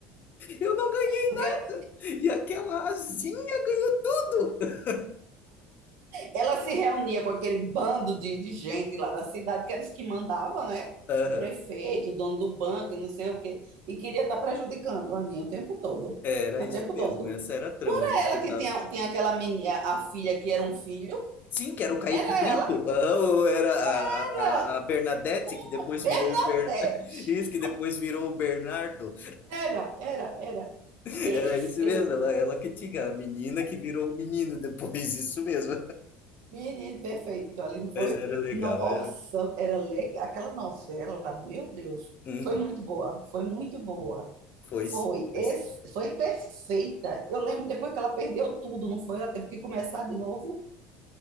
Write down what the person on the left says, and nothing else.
Eu não ganhei!
E aquela asinha ganhou tudo! <laughs>
Aham.
Era
isso
mesmo,
essa era a trama,
eles
tentavam.
Sim, que era o Kaique
Brito,
ah, ou era a,
a, a Bernadette,
que depois
virou o Ber... <laughs> Isso, que depois virou o Bernardo.
<laughs>
Era isso mesmo, ela, ela que tinha a menina que virou o menino depois, <laughs> isso mesmo.
Mas era legal,
era.
Uhum,
foi sim,
foi
sim.